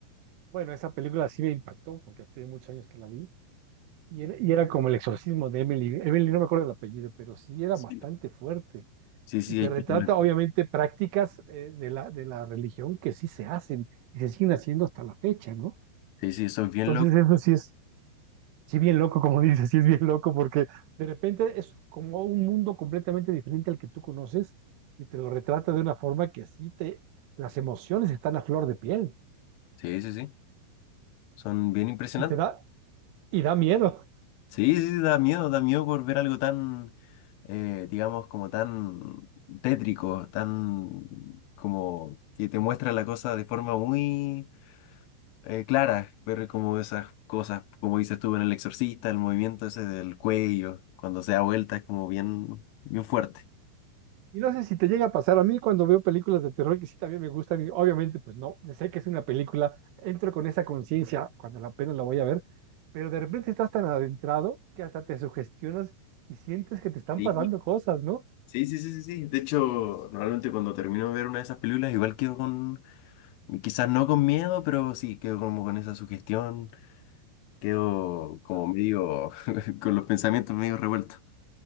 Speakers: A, on the right; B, on the left.
A: bueno, esa película sí me impactó, porque hace muchos años que la vi Y era, y era como el exorcismo de Emily. Emily no me acuerdo el apellido, pero sí era
B: Sí.
A: bastante fuerte.
B: Sí, sí,
A: Y te
B: hay
A: retrata,
B: películas.
A: obviamente, prácticas eh, de la, de la religión que sí se hacen y se siguen haciendo hasta la fecha, ¿no?
B: Sí, sí, son bien
A: Entonces
B: locos.
A: eso sí es, sí bien loco, como <laughs> dices, sí es bien loco, porque de repente es como un mundo completamente diferente al que tú conoces y te lo retrata de una forma que sí te, las emociones están a flor de piel
B: Sí, sí, sí. Son bien impresionantes.
A: y te da, y da miedo.
B: Sí, sí, sí, da miedo, da miedo por ver algo tan, eh, digamos, como tan tétrico, tan como que te muestra la cosa de forma muy eh, clara. Ver como esas cosas, como dices tú en El Exorcista, el movimiento ese del cuello, cuando se da vuelta, es como bien, bien fuerte.
A: Y no sé si te llega a pasar, a mí cuando veo películas de terror que sí también me gustan, y obviamente pues no, sé que es una película, entro con esa conciencia cuando la apenas la voy a ver, pero de repente estás tan adentrado que hasta te sugestionas y sientes que te están
B: Sí.
A: pasando cosas, ¿no?
B: Sí, sí, sí, sí, sí. De hecho, normalmente cuando termino de ver una de esas películas, igual quedo con, quizás no con miedo, pero sí, quedo como con esa sugestión, quedo como
A: Ah,
B: medio, <laughs> con los pensamientos medio revueltos.